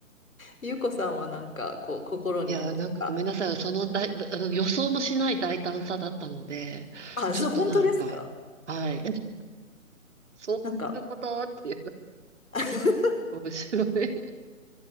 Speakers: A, on the left; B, on the right.
A: ゆうこさんはなんかこう、心に残った。
B: いや、なんかごめんなさい。その大、
A: はい。
B: あの予想もしない大胆さだったので、
A: あ、
B: ちょっとなんか、
A: そう、本当ですか
B: はい。<laughs> そういうことっていう、
A: なんか、<laughs>
B: 面白い。